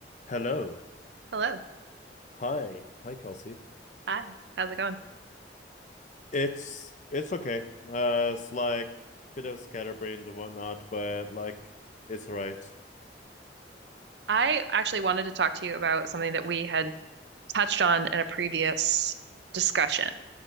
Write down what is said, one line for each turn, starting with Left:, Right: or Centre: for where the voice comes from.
Left: Hello.
Right: Hello.
Left: Hi. Hi, Kelsey.
Right: Hi. How's it going?
Left: <clears throat> it's it's okay. Uh it's like bit of scatterbrained and whatnot, but like it's all right.
Right: I actually wanted to talk to you about something that we had touched on in a previous discussion